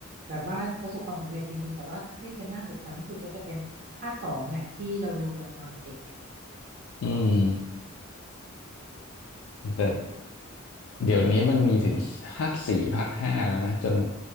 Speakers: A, on the right; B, on the left.
A: แบบว่าประสบความสำเร็จจริงๆแต่ว่าที่เป็นน่าจดจำที่สุดก็จะเป็นภาคสองแหละที่เราดูกันตอนเด็กๆแหละ
B: อืมแต่เดี๋ยวนี้มันมีถึงภาคสี่ภาคห้าแล้วนะจน